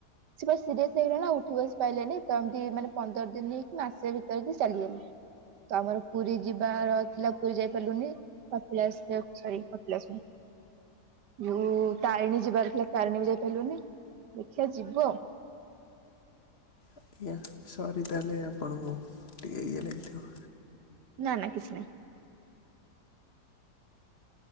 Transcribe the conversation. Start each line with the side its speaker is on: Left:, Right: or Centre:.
Right: ସେ ସିରିଏସ ହେଇଗଲା ନା ଉଠି ବସି ପାଇଲେନି ତ ଏମିତି ମାନେ ପନ୍ଦର ଦିନି କି ମାସେ ଭିତରେ କି ଚାଲିଗଲେ ତ ଆମର ପୁରୀ ଯିବାର ଥିଲା ପୁରୀ ଯାଇ ପାରିଲୁନି କପିଳାସ <unintelligible> ଯୋଉ ତାରିଣୀ ଯିବାର ଥିଲା ତାରିଣୀ ବି ଯାଇପାରିଲୁନି ଦେଖିବା ଯିବୁ ଆଉ।
Left: ଆଜ୍ଞା ସରି ତାଲେ ଆପଣଙ୍କୁ ଟିକେ ଇଏ ଲାଗିଥିବ।
Right: ନା ନା କିଛି ନାହିଁ।